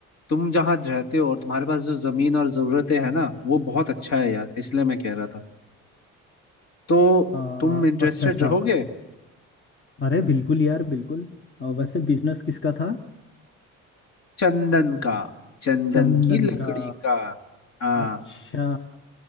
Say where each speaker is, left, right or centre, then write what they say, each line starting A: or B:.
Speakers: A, on the left; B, on the left.
A: तुम जहाँ रहते हो और तुम्हारे पास जो जमीन और जरूरतें हैं ना वो बहुत अच्छा है यार इसलिए मैं कह रहा था तो
B: आ,
A: तुम इंटरेस्टेड
B: अच्छा अच्छा
A: रहोगे
B: अरे बिल्कुल यार बिल्कुल अ, वैसे बिजनेस किसका था
A: चंदन का चंदन
B: चंदन
A: की लकड़ी
B: का
A: का हाँ
B: अच्छा